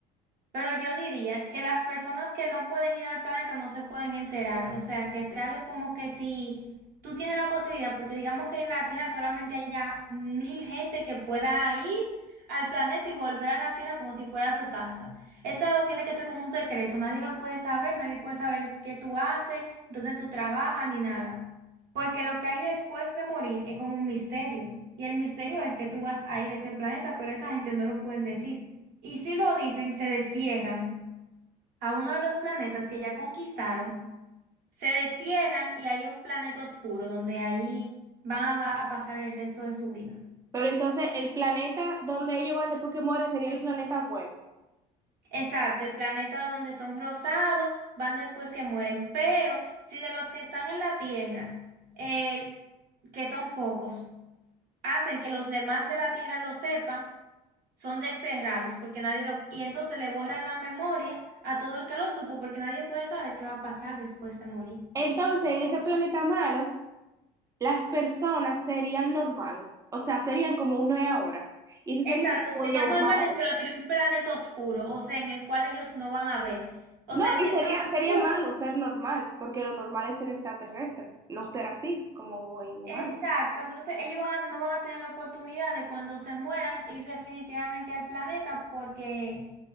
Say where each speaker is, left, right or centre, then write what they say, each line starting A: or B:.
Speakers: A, on the right; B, on the right.
A: Pero yo diría que las personas que no pueden ir al planeta no se pueden enterar. O sea, que sea algo como que si tú tienes la posibilidad, porque digamos que en la Tierra solamente haya mil gente que pueda ir al planeta y volver a la Tierra como si fuera su casa. Eso tiene que ser como un secreto. Nadie lo puede saber, nadie puede saber qué tú haces, dónde tú trabajas, ni nada. Porque lo que hay después de morir es como un misterio. Y el misterio es que tú vas a ir a ese planeta, pero esa gente no lo pueden decir. Y si lo dicen, se destierran a uno de los planetas que ya conquistaron, se destierran y hay un planeta oscuro donde ahí van a, va- a pasar el resto de su vida.
B: Pero entonces el planeta donde ellos van después que mueren sería el planeta bueno.
A: Exacto, el planeta donde son rosados, van después que mueren, pero si de los que están en la Tierra, el- que son pocos, hacen que los demás de la Tierra lo sepan, son desterrados porque nadie lo... Y entonces le borran la memoria a todo el que lo supo porque nadie puede saber qué va a pasar después de morir.
B: Entonces, en ese planeta malo, las personas serían normales, o sea, serían como uno es ahora. Y ese
A: Exacto,
B: sería como
A: serían
B: lo
A: normales,
B: malo.
A: pero sería un planeta oscuro, o sea, en el cual ellos no van a ver. O
B: No,
A: sea, es
B: y sería,
A: tan oscuro.
B: sería malo ser normal, porque lo normal es ser extraterrestre, no ser así, como en humano.
A: Exacto, entonces ellos van a- no van a tener la oportunidad de cuando se mueran ir definitivamente al planeta porque,